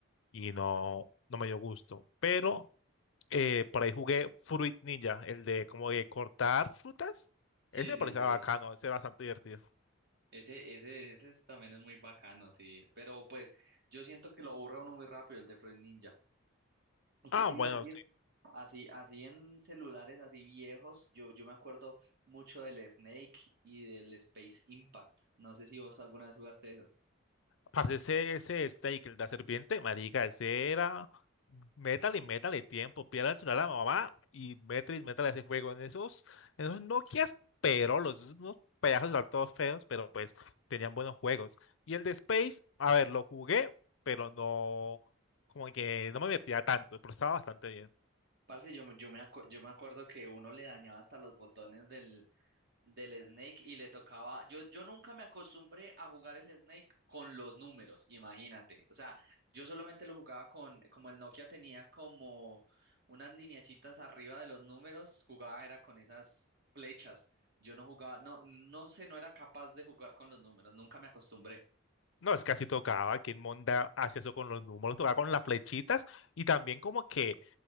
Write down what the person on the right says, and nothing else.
Sí,
sí,
sí.
Ese, ese, ese es- también es muy bacano, sí. Pero pues yo siento que lo aburre a uno muy rápido el de Fruit Ninja. ¿Y qué
te
iba a decir? Así, así en celulares así viejos, yo, yo me acuerdo mucho del Snake y del Space Impact. No sé si vos alguna vez jugaste esos.
Parce, yo, me- yo me acu- yo me acuerdo que uno le dañaba hasta los botones del del Snake y le tocaba, yo, yo nunca me acostumbré a jugar el Snake con los números, imagínate. O sea, yo solamente lo jugaba con, como el Nokia tenía como unas lineecitas arriba de los números, jugaba era con esas flechas. Yo no jugaba, no, no sé, no era capaz de jugar con los números, nunca me acostumbré.